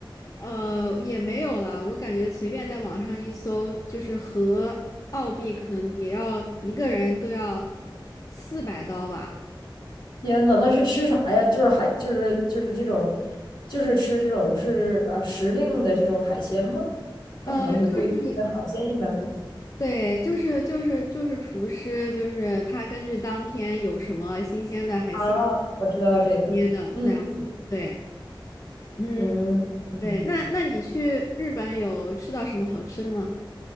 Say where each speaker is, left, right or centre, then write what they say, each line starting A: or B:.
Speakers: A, on the left; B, on the left.
A: 呃，也没有啦，我感觉随便在网上一搜，就是和澳币可能也要一个人都要四百刀吧。
B: 天呐，那是吃啥呀？就是海，就是就是这种，就是吃这种是啊时令的这种海鲜吗？它可能会贵，
A: 呃，就是
B: 但海鲜一般。
A: 对，就是就是就是厨师，就是他根据当天有什么新鲜的海鲜
B: 啊，我知道这个。
A: 捏的那样子。
B: 嗯
A: 对，嗯，
B: 嗯嗯。
A: 对，那那你去日本有吃到什么好吃的吗？